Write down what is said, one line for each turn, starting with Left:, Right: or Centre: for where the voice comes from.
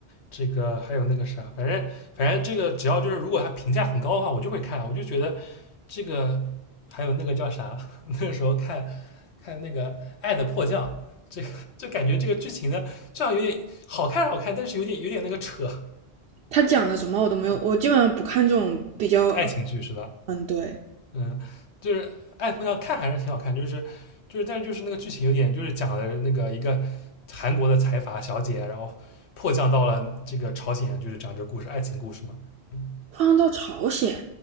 Left: 这个还有那个啥，反正反正这个只要就是如果它评价很高的话，我就会看，我就觉得这个还有那个叫啥，<laughs> 那个时候看看那个《爱的迫降》，这个就感觉这个剧情呢，这样有点好看好看，但是有点有点那个扯，
Right: 他讲的什么我都没有，我基本上不看这种比较，
Left: 爱情剧是吧？
Right: 嗯，对，
Left: 嗯，就是爱碰上看还是挺好看，就是就是，但是就是那个剧情有点就是讲了那个一个韩国的财阀小姐，然后迫降到了这个朝鲜，就是讲这个故事，爱情故事嘛。嗯，
Right: 换到朝鲜，